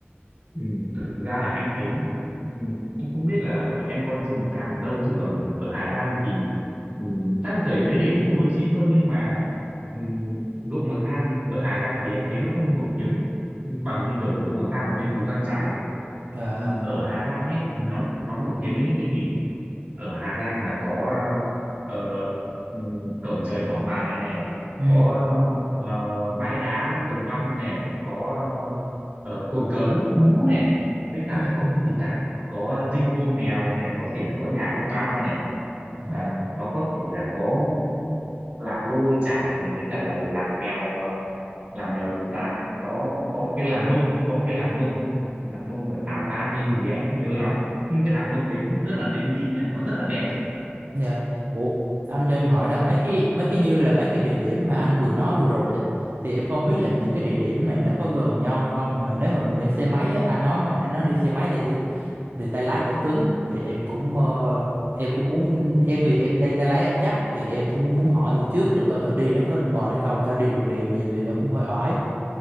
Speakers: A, on the right; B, on the right.
A: Ừ, thực ra là anh thấy nhá ừ, anh không biết là em coi ruộng bậc thang ở đâu chứ còn ở Hà Giang thì ừ, chắc là thời điểm đấy thì cũng lúa chín thôi nhưng mà ừ, ruộng bậc thang ở Hà Giang thì anh thấy nó không nổi tiếng bằng như kiểu là ruộng bậc thang ở bên Mù Căng Chải
B: à,
A: Ừ, ở Hà Giang ấy nó nó nổi tiếng với những cái gì ở Hà Giang là có ờ, ừm, cổng trời Quảng Bạ này
B: ừ.
A: có ờ, bãi đá Đồng Văn này có ờ, cột cờ Lũng Cú này với cả
B: Ừ.
A: là có
B: Ừ.
A: cái gì ta có dinh vua mèo này có thể là có nhà của Pao này
B: Dạ,
A: và nó có thể là có làng Lô Lô Chải này với cả là làng mèo ờ, làng mèo gì ta có có một cái làng Mông có một cái làng Mông làng Mông ở Tả Văn hay gì ấy, anh không nhớ lắm nhưng cái làng Mông đấy cũng rất là nên đi nha nó rất là đẹp đấy
B: dạ. Ủa, anh cho em hỏi là mấy cái mấy cái như là mấy cái địa điểm mà anh vừa nói vừa rồi á, thì em không biết là những cái địa điểm này nó có gần nhau hay không mà nếu mà mình đi xe máy á, anh nói mới nãy nó đi xe máy thì cái thì tay lái phải cứng thì em cũng ờ, em cũng muốn em thì em đi tay lái em chắc thì em cũng muốn hỏi thử trước để coi thử đi nó có mệt hay không cho đi đường đèo nhiều thì nó cũng hơi oải.